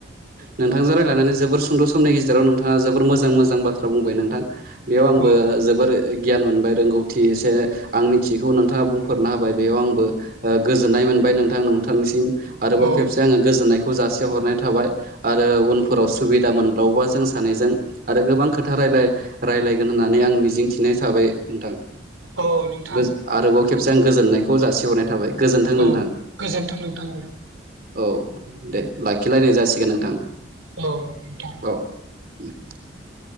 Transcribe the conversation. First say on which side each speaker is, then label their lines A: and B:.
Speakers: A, on the right (about 50°); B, on the right (about 85°).
A: नोंथांजों रायज्लायनानै जोबोर सुंद' समनि गेजेराव नोंथाङा जोबोर मोजां- मोजां बाथ्रा बुंबाय नोंथां बेयाव आंबो
B: औ
A: जोबोर गियान मोनबाय रोंगौथि एसे आं मिथियैखौ नोंथाङा बुंफोरना होबाय बेयाव आंबो गोजोन्नाय मोन बाय नोंथां नोंथांनिसिम आरोबाव
B: औ
A: खेबसे आङो गोजोननाय खौ‌ जासि हरनाय थाबाय आरो उनफोराव सुबिदा मोनबावोबा जों सानैजों आरो गोबां खोथा रा रायज्लायगोन होन्नानै आं मिजिंथिनाय थाबाय नोंथां।
B: औ नोंथां
A: गोज आरोबाव खेबसे आं गोजोननायखौ जासिहरनाय थाबाय गोजोन्थों
B: औ
A: नोंथां
B: गोजोनथों नोंथां
A: औ औ दे लाखिलायनाय जासिगोन नोंथां
B: औ नोंथां
A: औ <inaudible>